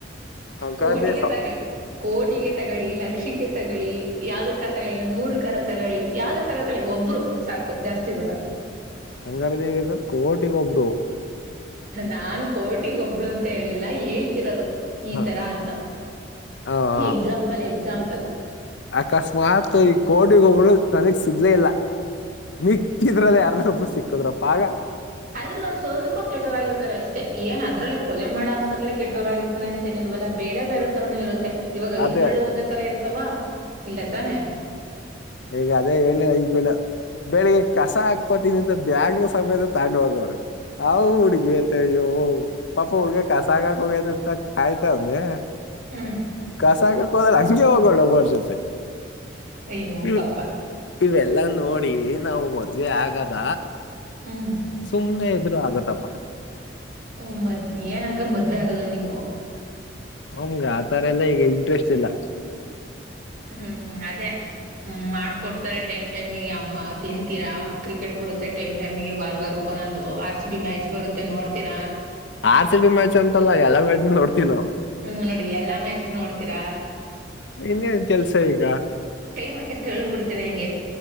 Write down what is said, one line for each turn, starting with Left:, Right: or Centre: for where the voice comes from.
Left: ಅಂಗಾರದೇವ
Right: ಕೋಟಿಗೆ ತಗೊಳ್ಳಿ ಕೋಟಿಗೆ ತಗೊಳ್ಳಿ ಲಕ್ಷಕ್ಕೆ ತಗಳಿ ಯಾವ್ದ ಕರ ತಗಳಿಲ್ಲ ನೂರು ಕರ ತಗೊಳ್ಳಿ ಯಾವ್ದ ಕರ ತಗಳಿ ಒಬ್ರು ಸಾಕು ಜಾಸ್ತಿ ಬೇಡ
Left: ಅಂಗಾರ ದೇವಿಗ ಕೋಟಿಗೊ ಒಬ್ರು
Right: ನಾನ್ ಕೋಟಿಗ ಒಬ್ಳು ಅಂತ ಹೇಳೇಳ್ಲಿಲ್ಲ ಹೇಳ್ತಿರೋದು ಈ
Left: ಹ
Right: ತರ ಅಂತ
Left: ಆ
Right: ಎಕ್ಸಾಂಪಲ್ ಎಕ್ಸಾಂಪಲ್
Left: ಅಕಸ್ಮಾತ್ ಈ ಕೋಡಿಗ ಒಬರು ನದಗ್ ಸಿಗ್ಲೇ ಇಲ್ಲ ನಿಕ್ತಿದ್ರಲ್ಲ ಎರಪ ಸಿಕ್ಕುದ್ರಪ್ಪ ಆಗ
Right: ಅದ್ರಲ್ಲ ಒಂದ್ ಸ್ವಲ್ಪ ಕೆಟ್ಟೋರಾಗಿರ್ತಾರೆ ಅಷ್ಟೇ ಏನ್ ಅದ್ರಲ್ಲೇ ಕೊಲೆ ಮಾಡೋ ಅಂತರಲ್ಲೇ ಕೆಟ್ಟೋರಾಗಿರ್ತಾರ ಅಂತೇನಿಲ್ಲ ಇಲ್ಲ ಬೇರೆ ಬೇರೆ ತರಾನೂ ಇರುತ್ತೆ ಇವಾಗ
Left: ಅದೇ
Right: ಇದು ಬೆಳ್ಳು ಒಂದೇ ತರ ಇರ್ತಾವ ಇಲ್ಲ ತಾನೆ
Left: ಹೇಗ ಅದೇ ಹೇಳಿ ಐಗ್ ಬೇಡ ಬೆಳಿಗ್ಗೆ ಕಸ ಹಾಕ್ಪತನಿ ಅಂತ ಬ್ಯಾಗ್ನ ಸಮೇತ ತಾಂಡು ಹೋಗವರ ಹ ಹುಡ್ಗಿ ತೆ ಅಯ್ಯೋ ಪಾಪ ಹುಡ್ಗಿ ಕಸಾಗಾಕ ಹೋಗತಿ ಅಂತ ಕಾಯ್ತವನನೆ
Right: ಹ್ಮ್
Left: ಕಸಕಕ್ ಹೋದ್ರ ಹಂಗೆ ಹೋಗೋ ಒಬ್ಬರ್ ಜೊತೆ
Right: ಅಯ್ಯೋ
Left: ಹ್ಮ್
Right: ಪಾಪ
Left: ಇವೆಲ್ಲಾ ನೋಡಿ ನಾವು ಮದ್ವೆ ಆಗದ
Right: ಹ್ಮ್
Left: ಸುಮ್ನೆ ಇದರು ಆಗತ್ತಪ್ಪ
Right: ಹ್ಮ ಮದ್ ಏನ್ ಹಂಗಾರ ಮದ್ವೆ ಆಗಲ್ಲ ನೀವು
Left: ಅವಮಗ ಆ ತರ ಎಲ್ಲಾ ಈಗ ಇಂಟ್ರೆಸ್ಟ್ ಇಲ್ಲ
Right: ಹ್ಮ್ ಅದೇ ಹ್ಮ ಮಾಡ್ಕೊಡ್ತಾರೆ ಟೈಮ್ ಟೈಮಿಗೆ ಅಮ್ಮ ತಿಂತೀರಾ ಕ್ರಿಕೆಟ್ ಬರುತ್ತೆ ಟೈಮ್ ಟೈಮ್ಗೆ ವಾರ ವಾರಕ್ಕೊಂದು ಆರ್ ಸಿ ಬಿ ಮ್ಯಾಚ್ ಬರುತ್ತೆ ನೋಡ್ತೀರಾ
Left: ಆರ್ ಸಿ ಬಿ ಮ್ಯಾಚ್ ಅಂತಲ್ಲ ಎಲ್ಲ ಮ್ಯಾಚ್ ನೋಡ್ತೀವಿ ನಾವು
Right: ಹ್ಮ್ ನೋಡಿ ಎಲ್ಲಾ ಮೆಸನ್ ನೋಡ್ತೀರಾ
Left: ಇನ್ನೇನ್ ಕೆಲ್ಸ ಈಗ
Right: ಟೈಮ ಹಂಗೆ ತೆಳಿ ಕೊಡ್ತೀರಾಿಂಗೆ